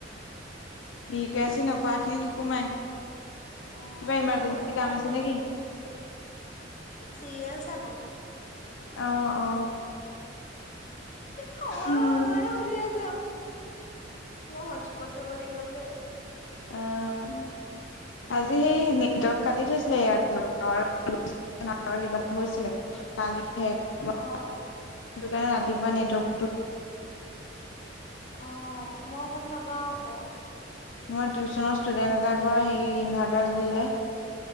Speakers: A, on the left (about 75°); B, on the left (about 40°).
A: ই ক ৱাই চি নকৰা খিনি নোসোমাই। কিবা
B: অ আমাৰ
A: ইমাৰজেন্ঞ্চি
B: কৰি থোৱা
A: কাম আছে নে
B: বাৰু
A: কি?
B: চিৰিয়েল চাব।
A: আহ আহ
B: সময়
A: উম।
B: হ'ল নাই সুধি মই হটস্পট দিব লাগিব যে।
A: আহ আজি সেই নেটৱৰ্ক কাটি থৈছিলে এয়াৰটেল টাৱাৰ কিবা এটা হৈছিলে কালি শেষ সেইটো
B: অ
A: কাৰণে ৰাতিপুৱা নেটৱৰ্কটো।
B: অ মই গম নাপাওঁ আকৌ।
A: সেইদিনাখন টিউশচনৰ ষ্টুডেণ্ট এটাৰ ঘৰৰ সেই ইনভাৰ্টাৰ জলিলে।